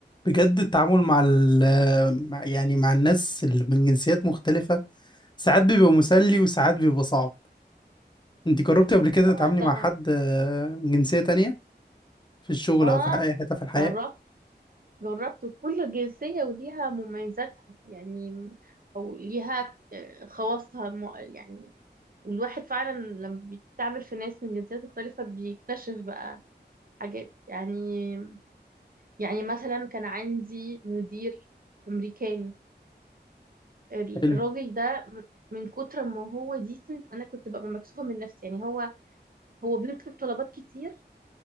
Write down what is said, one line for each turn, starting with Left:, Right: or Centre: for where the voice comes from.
Left: بجد التعامل مع ال مع- يعني مع الناس اللي من جنسيات مختلفة ساعات بيبقى مسلي وساعات بيبقى صعب انت جربتي قبل كده
Right: طبعا
Left: تتعاملي
Right: ده
Left: مع حد آه، من جنسية تانية في الشغل
Right: اه
Left: او في ح- اي حتة في الحياة
Right: جربت جربت كل جنسية وليها مميزاتها يعني او ليها آه، خواصها مو- يعني والواحد فعلا لما بيتعامل في ناس من جنسيات مختلفة بيكتشف بقى حاجات يعني يعني مثلا كان عندي مدير أمريكاني ال-
Left: حلو
Right: الراجل ده م- من كتر ما هو ديسنت انا كنت ببقى مكسوفة من نفسي يعني هو هو بيطلب طلبات كتير